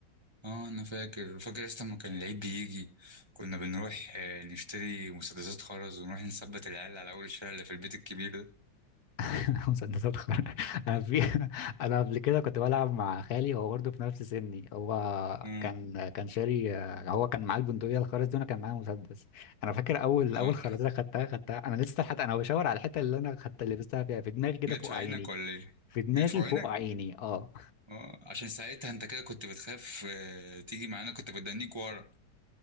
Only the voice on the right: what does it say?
اه انا فاكر فاكر اصلا لما كان العيد بيجي كنا بنروح آه، نشتري مسدسات خرز ونروح نثبت العيال على اول الشارع اللي في البيت الكبير ده
اه
اه
جت
في
عينك ولا ايه؟
جت في عينك؟
اه عشان ساعتها انت كده كنت بتخاف آه، تيجي معانا كنت بدنيك ورا